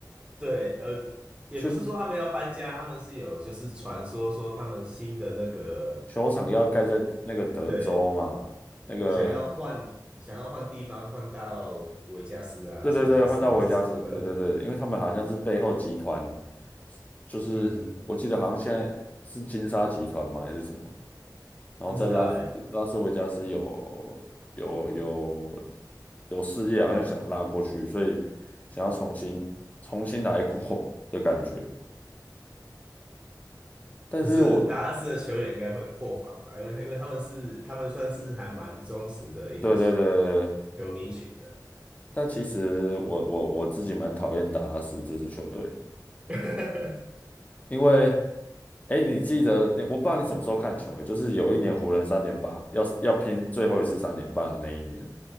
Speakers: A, on the right; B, on the left.
A: 对，呃，也不是说他们要搬家，
B: 就
A: 他们是有就是传说说他们新的那个
B: 球场要盖在那个德州嘛。
A: 对
B: 那个
A: 想要换想要换地方，换到维加斯啊、拉斯维加斯啊还是什么的，
B: 对对对，换到维加斯，对对对，因为他们好像是背后集团，就是我记得好像现在是金沙集团嘛还是什么，
A: 嗯，
B: 然后在拉斯拉斯维加斯有有有
A: 不知道哎。
B: 有事业，好像想拉过去，所以想要重新重新来过的感觉。但是我
A: 可是达拉斯的球员应该会破防吧？因为因为他们是他们算是还蛮忠实的一个球
B: 对对对对，
A: 迷群的。
B: 但其实我我我自己蛮讨厌达拉斯这支球队，
A: <laughs>
B: 因为。哎，你记得你我不知道你什么时候看球，哎就是有一年湖人三连霸，要要拼最后一次三连霸的那一年，